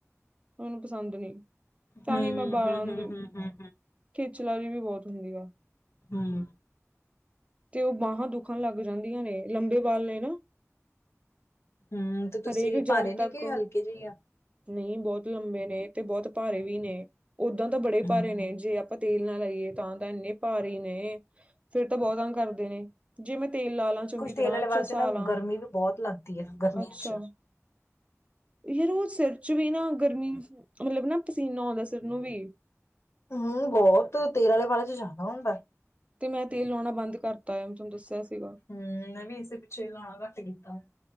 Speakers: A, on the right; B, on the left.
A: ਉਹਨੂੰ ਪਸੰਦ ਨਹੀਂੀ। ਤਾਂ
B: ਹੂੰ
A: ਹੀ ਮੈਂ ਬਾਲਾਂ
B: ਹੂੰ ਹੂੰ
A: ਦੀ
B: ਹੂੰ ਹੂੰ
A: ਖਿਚਲਾੀ ਵੀ ਬਹੁਤ ਹੁੰਦੀ ਆ।
B: ਹਮ।
A: ਤੇ ਉਹ ਬਾਹਾਂ ਦੁੱਖਣ ਲੱਗ ਜਾਂਦੀਆਂ ਨੇ ਲੰਬੇ ਬਾਲ ਨੇ ਨਾ।
B: ਹਮ ਤੇ ਤੁਸੀਂ
A: ਹਰੇਕ ਜੜ
B: ਭਾਰੇ ਨੇ
A: ਤੱਕ
B: ਕਿ ਹਲਕੇ ਜਿਹੇ ਆ।
A: ਨਹੀਂ ਬਹੁਤ ਲੰਬੇ ਨੇ ਤੇ ਬਹੁਤ ਭਾਰੇ ਵੀ ਨੇ ਓਦਾਂ ਤਾਂ ਬੜੇ
B: ਹੂੰ
A: ਭਾਰੇ ਨੇ ਜੇ ਆਪਾ ਤੇਲ ਨਾ ਲਾਈਏ ਤਾਂ ਤਾਂ ਇੰਨੇ ਭਾਰੀ ਨੇ ਫਿਰ ਤਾਂ ਬਹੁਤੰ ਕਰਦੇ ਨੇ। ਜੇ ਮੈਂ ਤੇਲ ਲਾ ਲਾ ਚੰਗੀ
B: ਕੁਛ
A: ਤਰ੍ਹਾਂਛਸ
B: ਤੇਲ ਵਾਲੇ ਵਾਲ ਚ ਨਾ
A: ਲਾ
B: ਗਰਮੀ ਵੀ ਬਹੁਤ ਲੱਗਦੀ ਹੈ ਗਰਮੀਆਂ
A: ਅੱਛਾ।
B: ਚ।
A: ਅ। ਯਾਰ ਉਹ ਸਿਰ ਚ ਵੀ ਨਾ ਗਰਮੀ ਮਤਲਬ ਨਾ ਪਸੀਨਾ ਆਉਂਦਾ ਸਿਰ ਨੂੰ ਵੀ।
B: ਹਮ ਬਹੁਤ ਤੇਲ ਵਾਲੇ ਵਾਲੇ ਚ ਜ਼ਿਆਦਾ ਹੁੰਦਾ।
A: ਤੇ ਮੈਂ ਤੇਲ ਲਾਉਣਾ ਬੰਦ ਕਰਤਾ ਆਆ ਤੁਹਾਨੂੰ ਦੱਸਿਆ। ਸੀਗਾ
B: ਹੂ, ਮੈਂ ਵੀ ਇਸੇ ਪਿੱਛੇ ਜਾਣਾ ਘੱਟ ਕੀਤਾ।